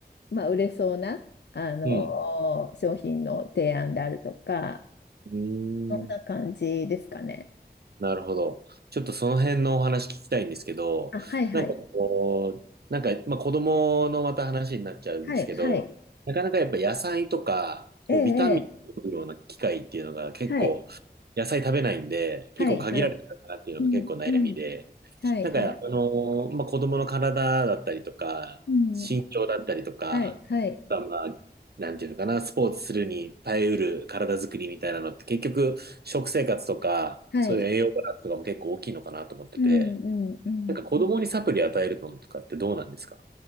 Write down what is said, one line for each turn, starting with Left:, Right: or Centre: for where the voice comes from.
Left: まあ、売れそうな、あの、
Right: うん。
Left: 商品の提案であるとか、
Right: うん。
Left: そんな感じですかね。
Right: うーん。なるほど。ちょっとその辺のお話聞きたいんですけど、
Left: あ、はいはい。
Right: なんかこう、なんか、まあ、子供のまた話になっちゃうんですけど、
Left: はいはい。
Right: なかなかやっぱ野菜とか、こうビタミンを取るような機会っていうのが結構、
Left: ええ、ええはい
Right: 野菜食べないんで、
Left: はいはい。
Right: 結構限られたかなっていうのが結構悩みで、
Left: うんうんはい、
Right: なんか、
Left: はい。
Right: あのーまあ、子供の体だったりとか、
Left: うん。
Right: 身長だったりとか、
Left: はい、はい、
Right: まあ、まあなんていうのかな、スポーツするに耐えうる体作りみたいなのって結局、食生活とか、
Left: はい。
Right: そういう栄養バランスとかも結構大きいのかなと思ってて、
Left: うん、うん、うん。
Right: なんか子供にサプリ与えるのとかってどうなんですか